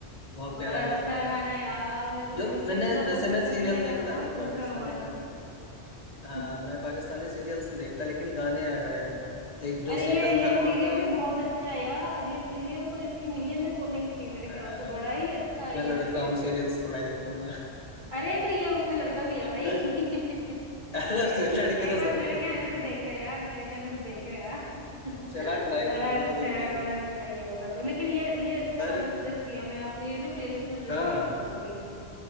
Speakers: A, on the left; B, on the right.
A: बहुत
B: बड़ा
A: प्यारा
B: अच्छा
A: गाना है
B: गाना है यार मेरे को
A: जो
B: दिल से
A: मैंने
B: इतना
A: वैसे
B: पसंद
A: मैं
B: है
A: सीरियल
B: ना ये
A: देखता
B: गाना
A: नहीं
B: पूछो
A: पाकिस्तानी
B: मत
A: गाने में हाँ
B: <laughs>
A: मैं पाकिस्तानी सीरियल्स नहीं देखता लेकिन गाने हैं एक
B: अरे
A: जो
B: ये
A: सीरियल
B: ये
A: था ना
B: सीरियल
A: वहाँ का
B: भी बहुत अच्छा है यार ये सीरियल तो इसकी मिलियन में फॉलोइंग थी मेरे ख्याल
A: अरब
B: से बड़ा ही अच्छा है
A: मैं
B: ये
A: लड़का
B: सीरियल
A: हूँ सीरियल्स थोड़ा ही देखूंगा
B: अरे तो ये उसमें लड़का भी है भाई
A: <laughs>
B: <laughs>
A: अरब
B: एक
A: से लड़के तो
B: बार
A: सब
B: मेरे
A: में ही होते
B: कहने
A: हैं
B: से देखियो यार मेरे कहने से देखियो यार <laughs>
A: चला ट्राई
B: बड़ा
A: करूंगा
B: अच्छा
A: देखने
B: है
A: की
B: बड़ा अच्छा है ये वाला तो लेकिन ये ये अच्छा
A: पर
B: गाना सजेस्ट किया मैं अपनी ना प्लेलिस्ट में जरूर
A: हाँ
B: ऐड करूंगी